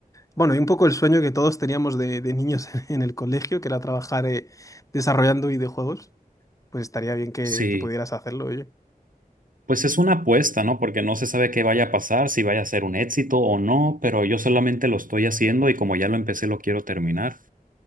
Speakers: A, on the left; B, on the right.
A: bueno, y un poco el sueño que todos teníamos de, de niños <laughs> en el colegio, que era trabajar eh, desarrollando videojuegos, pues estaría bien que,
B: Sí,
A: que pudieras hacerlo, oye.
B: pues es una apuesta, ¿no? Porque no se sabe qué vaya a pasar, si vaya a ser un éxito o no, pero yo solamente lo estoy haciendo y como ya lo empecé, lo quiero terminar.